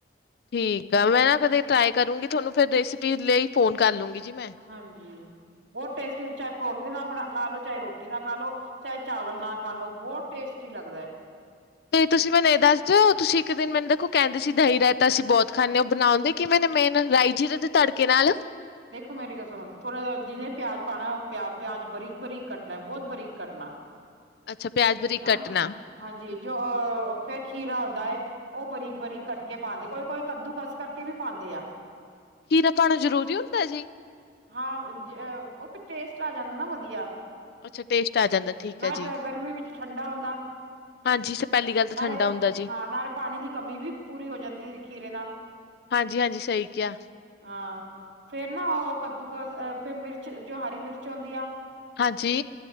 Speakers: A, on the left; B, on the right.
A: ਠੀਕ ਆ। ਮੈਂ ਨਾ ਕਦੇ ਟਰਾਈ ਕਰੂੰਗੀ ਤੁਹਾਨੂੰ ਫਿਰ ਰੈਸਪੀ ਲਈ ਫੋਨ ਕਰ ਲੂੰਗੀ ਜੀ ਮੈਂ।
B: ਹਾਂਜੀ ਬੋਤ ਟੇਸਟੀ ਚਾਹੇ ਪਰੌਠੇ ਨਾਲ ਬਣਾ ਖਾ ਲੋ ਚਾਹੇ ਰੋ ਟੀ ਨਾਲ ਖਾਲੋ ਚਾਹੇ ਚਾਵਲ ਨਾ ਖਾ ਲੋ ਬੋਤ ਟੇਸਟੀ ਲੱਗਦਾ ਏ।
A: ਤੇ ਤੁਸੀਂ ਮੈਨੂੰ ਇਹ ਦੱਸ ਜੋ ਤੁਸੀ ਇੱਕ ਦਿਨ ਮੈਨੂੰ ਦੇਖੋ ਕਹਿੰਦੇ ਸੀ ਦਹੀ ਰਾਇਤਾ ਅਸੀ ਬੋਤ ਖਾਂਨੇ ਆਂ ਓ ਬਣਾਉਣਦੇ ਕਿਵੇ ਨੇ ਮੇਨ ਰਾਈ ਜੀ ਦੇ ਤੜਕੇ ਨਾਲ
B: ਦੇਖੋ ਮੇਰੀ ਗੱਲ ਸੁਣੋ ਥੋੜਾ ਜ ਜਿਨੇ ਪਿਆ ਪਾਉਣਾ, ਉਹ ਪਿਆ ਪਿਆਜ ਬਰੀਕ ਬਰੀਕ ਕੱਟਣਾ ਬਹੁਤ ਬਾਰੀਕ ਕੱਟਣਾ।
A: ਅੱਛਾ ਪਿਆਜ ਬਰੀਕ
B: ਹਾਂ
A: ਕੱਟਣਾ।
B: ਹਾਂਜੀ ਜੋ ਅਹ ਫਿਰ ਖੀਰਾ ਹੁੰਦਾ ਹੈ। ਉਹ ਬਰੀਕ ਬਰੀਕ ਕੱਟ ਕੇ ਪਾਉਂਦੇ ਕੋਈ ਕੋਈ ਕੱਦੂ ਕਸ ਕਰਕੇ ਵੀ ਪਾਉਂਦੇ ਆ।
A: ਖੀਰਾ ਪਾਉਣਾ ਜਰੂਰੀ ਹੁੰਦਾ ਜੀ।
B: ਹਾਂ, ਉਹ ਫਿਰ ਟੇਸਟ ਆ ਜਾਂਦਾ ਨਾ ਵਧੀਆ।
A: ਅੱਛਾ ਟੇਸਟ ਆ ਜਾਂਦਾ ਠੀਕ
B: ਨਾ
A: ਆ ਜੀ।
B: ਗਰਮੀ ਵਿੱਚ ਠੰਡਾ ਹੁੰਦਾ।
A: ਹਾਂਜੀ ਸਰ ਪਹਿਲੀ ਗੱਲ ਤਾਂ
B: ਨਾਲੇ,
A: ਠੰਡਾ ਹੁੰਦਾ ਜੀ
B: ਹਾਂ ਨਾਲੇ ਪਾਣੀ ਦੀ ਕਮੀ ਵੀ ਪੂਰੀ, ਹੋ ਜਾਂਦੀ ਖੀਰੇ ਨਾਲ
A: ਹਾਂਜੀ ਹਾਂਜੀ ਸਹੀ ਕਿਹਾ।
B: ਹਾਂ ਫੇਰ ਨਾ ਉਹ ਕੱਦੂ ਕਸ ਫਿਰ ਮਿਰਚ ਜੋ ਹਰੀ ਮਿਰਚ ਆਉਂਦੀ ਆ।
A: ਹਾਂਜੀ